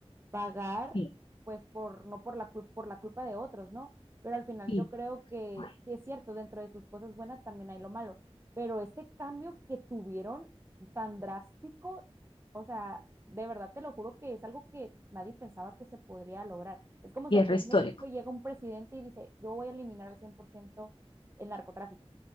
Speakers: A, on the right; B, on the left.
A: pagar,
B: sí,
A: pues por, no por la, cul- por la culpa de otros, ¿no? Pero al final
B: sí,
A: yo creo que
B: ay,
A: sí es cierto, dentro de sus cosas buenas también hay lo malo, pero ese cambio que tuvieron tan drástico, o sea, de verdad te lo juro que es algo que nadie pensaba que se podría lograr. Es como
B: hierro
A: si aquí
B: histórico.
A: en México llega un presidente y dice, yo voy a eliminar al 100% el narcotráfico.